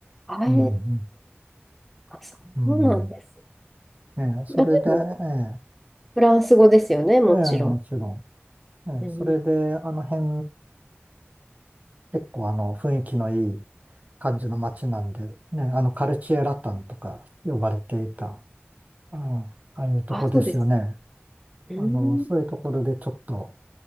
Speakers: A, in the centre; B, on the right.
A: あれ、
B: うん、
A: あ、そうなんです。
B: うん、うん。ええそれで、
A: あ、でも、
B: え
A: フランス語ですよね、もちろ
B: えええもちろん。ええ、
A: ん。
B: それで、
A: うん。
B: あの辺、結構あの雰囲気のいい感じの街なんで、ね、あのカルチエラタンとか呼ばれていた、うん、ああいうとこですよね。
A: あ、そうです。うん。
B: あの、そういうところでちょっと、